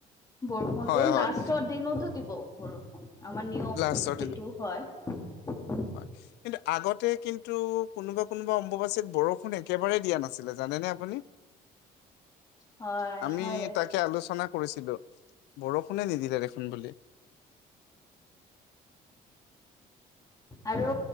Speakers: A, on the left (about 20°); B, on the left (about 85°).
A: বৰষুণটো,
B: হয় হয়
A: লাষ্টৰ দিনোতো দিব বৰষুণ। আমাৰ নিয়ম,
B: লাষ্টৰ দিনা
A: এইটোও হয়।
B: হয়। কিন্তু আগতে কিন্তু কোনোবা কোনোবা অম্বুবাচীত বৰষুণ একেবাৰে দিয়া নাছিলে জা নেনে আপুনি?
A: হয়
B: আমি
A: হয়
B: তাকে আলোচনা কৰিছিলোঁ। বৰষুণে নিদিলে দেখোন বুলি। <inaudible>
A: আৰু